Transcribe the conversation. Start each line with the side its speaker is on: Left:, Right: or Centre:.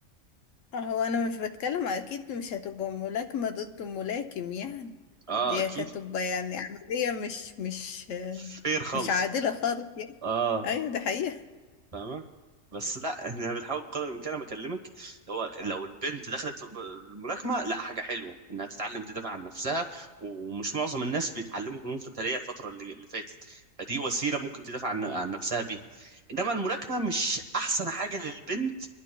Left: هو انا مش بتكلم اكيد مش هتبقى ملاكمة ضد ملاكم يعني
Right: اه
Left: دي
Right: اكيد
Left: هتبقى يعني عملية مش مش
Right: فير خالص
Left: مش عادلة خالص يعني
Right: اه
Left: ايوه دي حقيقة
Right: فاهمة بس لا احنا بنحاول بقدر الامكان انا بكلمك هو لو البنت دخلت ب- الملاكمه لا حاجه حلوه انها تتعلم تدافع عن نفسها ومش معظم الناس بيتعلموا فنون قتاليه الفتره اللي, اللي فاتت فدي وسيله ممكن تدافع عن, عن نفسها بيها انما الملاكمه مش احسن حاجه للبنت